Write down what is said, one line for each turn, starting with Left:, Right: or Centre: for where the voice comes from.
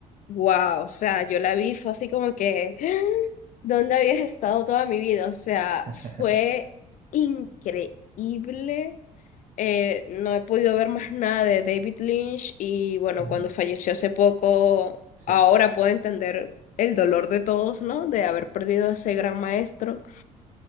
Left: Wow, o sea, yo la vi, fue así como que, <gasps> ¿dónde habías estado toda mi vida? O sea,
Right: <laughs>
Left: fue increíble. Eh, no he podido ver más nada de David Lynch y bueno,
Right: Ujú,
Left: cuando falleció hace poco,
Right: Sí,
Left: ahora puedo entender el dolor de todos, ¿no? De haber perdido a ese gran maestro.